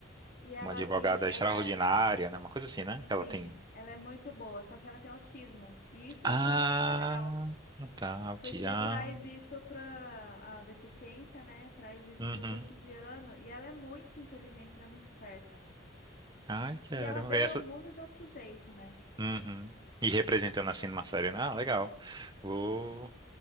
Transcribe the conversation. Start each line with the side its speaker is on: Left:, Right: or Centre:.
Left: E ela
Right: uma advogada
Left: tem.
Right: extraordinária,
Left: Ela é.
Right: né? Uma coisa assim, né? Que
Left: Sim,
Right: ela tem.
Left: ela é muito boa, só que ela tem autismo. E isso
Right: Ah,
Left: também é super legal,
Right: tá, o Tian.
Left: porque traz isso para a deficiência, né? Traz isso
Right: Uhum.
Left: para o cotidiano. E ela é muito inteligente, ela é muito esperta.
Right: Ai, quero.
Left: E ela vê
Right: Essa.
Left: o mundo de outro jeito, né?
Right: Uhum. E representando assim numa série, né? Ah, legal. Vou,
Left: Sim.